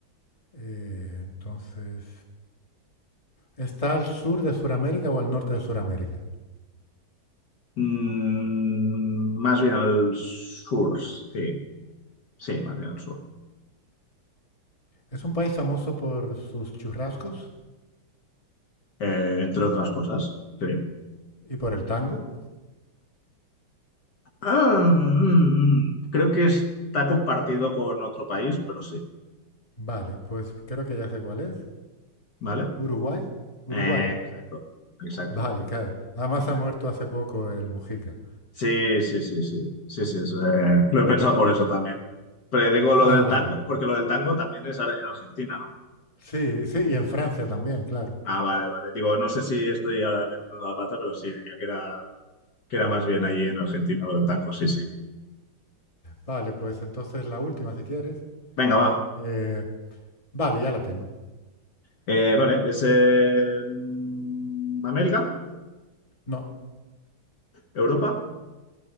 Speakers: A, on the left (about 20°); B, on the left (about 60°).
A: Eh, entonces, ¿está al sur de Sudamérica o al norte de Sudamérica?
B: Mm, más bien al sur, sí. Sí, más bien al sur.
A: Es un país famoso por sus churrascos
B: Eh, entre otras cosas, sí.
A: y por el tango.
B: Ah, mm, mm, creo que está compartido con otro país, pero sí.
A: Vale, pues creo que ya sé cuál es.
B: ¿Vale?
A: Uruguay. Uruguay.
B: Eh, exacto, exacto,
A: Vale, claro. Además
B: exacto.
A: ha muerto hace poco el Mujica.
B: Sí, sí, sí, sí. Sí, sí, es, eh, lo he pensado por eso también. Pero digo
A: <laughs>
B: lo
A: Ah,
B: del
A: vale.
B: tango, porque lo del tango también es ar- en Argentina, ¿no?
A: Sí, sí, y en Francia también, claro.
B: Ah, vale, vale. Digo, no sé si estoy ahora metiendo la pata, pero sí, diría que era, que era más bien allí en Argentina lo del tango, sí, sí.
A: Vale, pues entonces la última si quieres.
B: Venga, va.
A: Eh, vale, ya la tengo.
B: Eh, vale, es eh, mm, América,
A: No,
B: Europa.